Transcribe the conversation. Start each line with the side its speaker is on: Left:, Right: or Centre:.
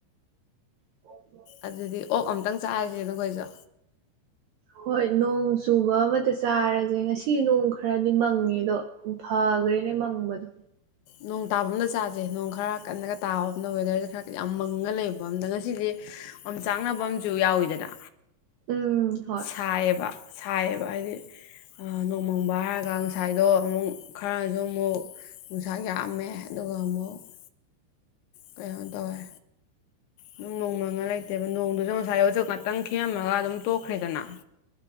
Right: <unintelligible>
Left: ꯑꯗꯨꯗꯤ ꯑꯣꯛ ꯑꯃꯇꯪ ꯆꯥꯔꯁꯦꯅ ꯈꯣꯏꯁꯨ
Right: ꯍꯣꯏ ꯅꯣꯡ ꯆꯨꯕ ꯑꯃꯇ ꯆꯥꯔꯁꯦ ꯉꯁꯤ ꯅꯣꯡ ꯈꯔꯗꯤ ꯃꯪꯉꯦ ꯑꯗꯣ ꯎ ꯐꯥꯒ꯭ꯔꯦꯅꯦ ꯃꯪꯕꯗꯣ
Left: ꯅꯣꯡ ꯇꯥꯕ ꯑꯃꯝꯗ ꯆꯥꯥꯁꯦ ꯅꯣꯡ ꯈꯔ ꯀꯟꯅꯒ ꯇꯥꯕ ꯑꯝꯗ ꯋꯦꯗꯔꯁꯦ ꯈꯔ ꯌꯥꯝ ꯃꯪꯉ ꯂꯩꯕ ꯑꯝꯗ ꯉꯁꯤꯗꯤ ꯑꯣꯝ ꯆꯥꯛꯅꯕ ꯑꯝꯁꯨ ꯌꯥꯎꯋꯤꯗꯅ
Right: ꯎꯝ ꯍꯣꯏ
Left: ꯁꯥꯏꯌꯦꯕ ꯁꯥꯏꯌꯦꯕ ꯍꯥꯏꯗꯤ ꯅꯣꯡꯃꯪꯕ ꯍꯥꯏꯔꯒ ꯉꯁꯥꯏꯗꯣ ꯑꯃꯨꯛ ꯈꯔꯁꯨ ꯑꯃꯨꯛ ꯄꯅꯨꯡꯁꯥ ꯌꯥꯑꯝꯃꯦ ꯑꯗꯨꯒ ꯑꯃꯨꯛ <inaudible> ꯀꯩꯅꯣ ꯇꯧꯏ ꯑꯗꯨꯝ ꯅꯣꯡꯃꯪꯒ ꯂꯩꯇꯦꯕ ꯅꯣꯡꯗꯨꯁꯨ ꯉꯁꯥꯏ ꯍꯧꯖꯤꯛ ꯉꯥꯛꯇꯪ ꯈꯤꯛꯑꯃꯒ ꯑꯗꯨꯝ ꯇꯣꯛꯈ꯭ꯔꯦꯗꯅ